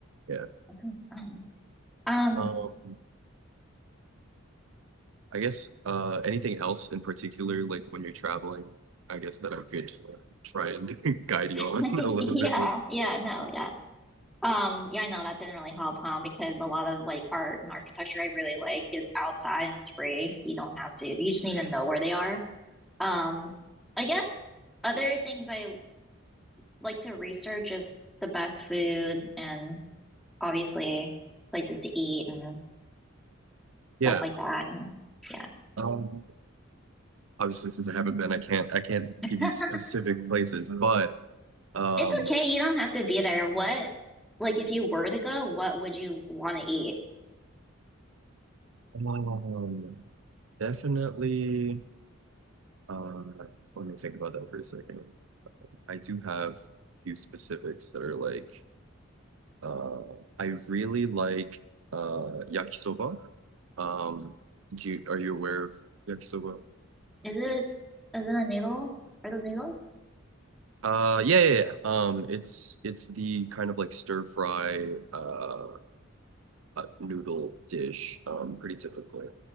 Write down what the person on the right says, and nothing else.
yeah.
Um, I guess uh, anything else in particular, like when you're traveling, I guess that I could try and <laughs> guide you
on
a little bit. more.
Yeah,
um, obviously since I haven't been, I can't I can't
give you specific places, but um,
um definitely. Uh, let me think about that for a second. I do have a few specifics that are like Uh, I really like uh yakisoba. Um, do you are you aware of yakisoba?
Uh, yeah, yeah, yeah. Um, it's it's the kind of like stir fry uh, uh noodle dish. Um, pretty typically.